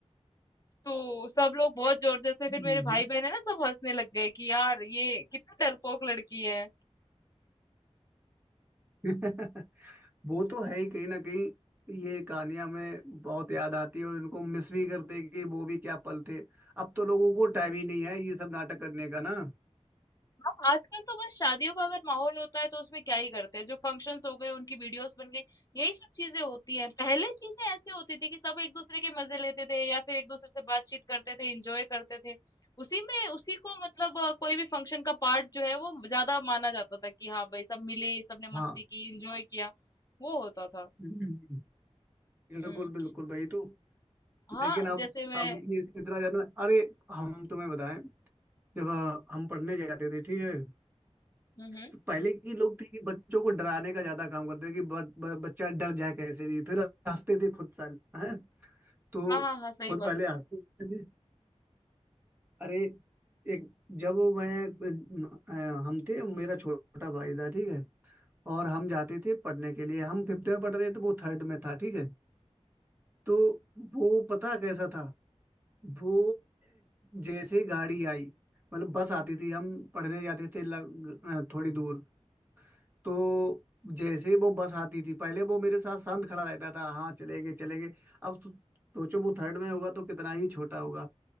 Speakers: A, on the left (about 30°); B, on the right (about 15°).
A: तो सब लोग बहुत जोर जोर से फिर
B: हम्म।
A: मेरे भाई बहन है ना सब हंसने लग गए कि यार ये कितनी डरपोक लड़की है
B: <laughs> वो तो है ही कहीं ना कहीं ये कहानियां हमें बहुत याद आती है और इनको मिस भी करते हैं कि वो भी क्या पल थे अब तो लोगों को टाइम ही नहीं है ये सब नाटक करने का ना
A: हाँ, आजकल तो बस शादियों का अगर माहौल होता है तो उसमें क्या ही करते हैं जो फंक्शंस हो गए उनकी वीडियोस बन गई यही सब चीजें होती हैं पहले चीजें ऐसे होती थी कि सब एक दूसरे के मजे लेते थे या फिर एक दूसरे से बातचीत करते थे एंजॉय करते थे उसी में उसी को मतलब अ, कोई भी फंक्शन का पार्ट जो है वो ज्यादा माना जाता था कि हाँ भाई सब मिले सबने
B: हाँ
A: मस्ती की एंजॉय किया वो होता था
B: हम्म। बिल्कुल
A: हम्म
B: बिल्कुल भाई तो
A: हाँ
B: लेकिन अब
A: जैसे मैं
B: अब ये इतना ज्यादा अरे हम तुम्हें बताएं जब अ, हम पढ़ने जाते थे ठीक है
A: हम्म हम्म
B: तो पहले की लोग थे कि बच्चों को डराने का ज्यादा काम करते थे कि ब, ब, बच्चा डर जाए कैसे भी फिर हंसते थे खुद सा हैं तो
A: हाँ हाँ हाँ सही
B: खुद
A: बात
B: पहले
A: है
B: हंसते थे अरे एक जब मैं अ, हम थे मेरा छोटा भाई था ठीक है और हम जाते थे पढ़ने के लिए हम फिफ्थ में पढ़ रहे थे वो थर्ड में था ठीक है तो वो पता कैसा था वो जैसे गाड़ी आई मतलब बस आती थी हम पढ़ने जाते थे लग, अ, थोड़ी दूर तो जैसे वो बस आती थी पहले वो मेरे साथ शांत खड़ा रहता था हाँ चले गए चले गए अब तो सोचो वो थर्ड में होगा तो कितना ही छोटा होगा